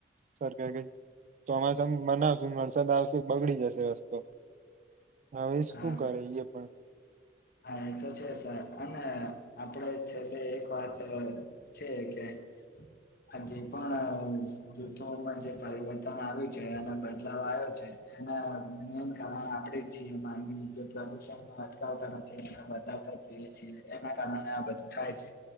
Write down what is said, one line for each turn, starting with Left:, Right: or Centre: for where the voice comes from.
Right: સરકાર કે ચોમાસા બનાવશું વરસાદ આવશે બગડી જશે રસ્તો. હવે શું
Left: હા
Right: કરે એ પણ.
Left: હા એ તો છે સર અને આપડે છેલ્લે એક વાત છે કે આ જે પણ જૂથોમાં જે પરિવર્તન આવ્યું છે અને બદલાવ આવ્યો છે. એમાં <unintelligible> ઈચ્છીઇ માંગીએ જે પ્રદુષણ અટકાવતા <unintelligible> બીએ એના કારણે આ બધું થાય છે